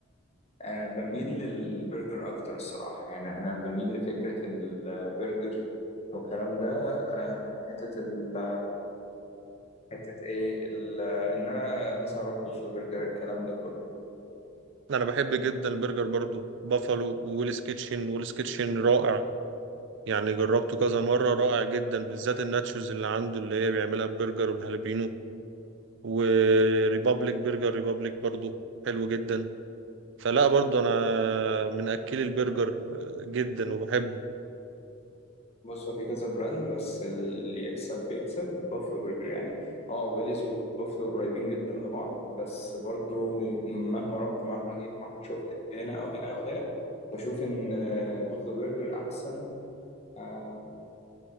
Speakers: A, on the left; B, on the right.
A: آه بميل للبرجر أكتر الصراحة يعني أنا بميل لفكرة البرجر والكلام ده آه من حتة ال حتة إيه ال إن أنا مثلا أروح بوفلو برجر الكلام ده كله
B: أنا بحب جدا البرجر برضو بافالو وويلز كيتشن ويلز كيتشن رائع يعني جربته كذا مرة رائع جدا بالذات الناتشوز اللي عنده اللي هي بيعملها ببرجر والهالبينو وريبابليك برجر ريبابليك برضو حلو جدا فلا برضو انا من اكلي البرجر آه، جدا وبحبه
A: بص هو في كذا براند بس اللي يكسب بيكسب بافلو برجر يعني اه ويليز وبافلو قريبين جدا لبعض بس برضو مهما رحت مهما جيت مهما شفت هنا او هنا او هنا بشوف ان آه، بافلو برجر احسن آه،